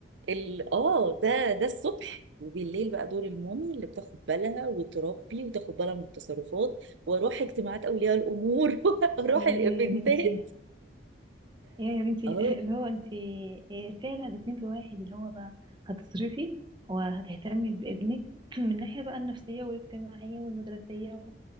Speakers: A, on the right (about 85°); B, on the right (about 25°).
A: ال اه ده ده الصبح وبالليل بقى دور المامي اللي بتاخد بالها وتربي وتاخد بالها من التصرفات واروح اجتماعات اولياء الامور <laughs> واروح
B: يا
A: الايفنتات
B: يا بنتي يا يا بنتي
A: اه
B: <laughs> اللي هو انتي آه، فعلا اتنين في واحد اللي هو بقى هتصرفي وهتهتمي بابنك <clears throat> من ناحية بقى النفسية والاجتماعية والمدرسية و-